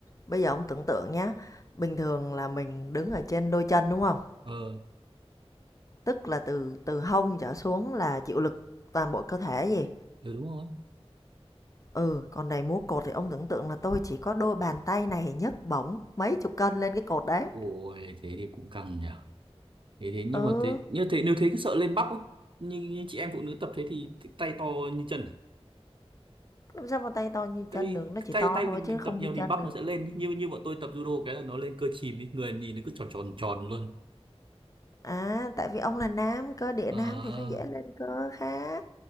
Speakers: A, on the left; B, on the right.
A: Bây giờ ông tưởng tượng nhá, bình thường là mình đứng ở trên đôi chân, đúng không
B: ờ
A: Tức là từ từ hông trở xuống là chịu lực toàn bộ cơ thể gì?
B: ừ, đúng rồi
A: Ừ, còn này múa cột thì ông tưởng tượng là tôi chỉ có đôi bàn tay này nhấc bổng mấy chục cân lên cái cột đấy.
B: ôi thế thì cũng căng nhỉ thế thế nhưng
A: Ừ,
B: mà thế như thế nếu thế cứ sợ lên bắp không như, như chị em phụ nữ tập thế thì tay to như chân à?
A: làm sao mà tay to như
B: tại
A: chân
B: vì
A: được, nó chỉ
B: tay
A: to
B: tay
A: thôi
B: mình
A: chứ
B: mình
A: không
B: tập nhiều
A: như
B: thì
A: chân
B: bắp
A: được.
B: nó sẽ lên như như bọn tôi tập judo cái là nó lên cơ chìm ý người nhìn nó cứ tròn tròn tròn luôn
A: À, tại vì ông là nam, cơ địa
B: à
A: nam thì nó dễ lên cơ khá.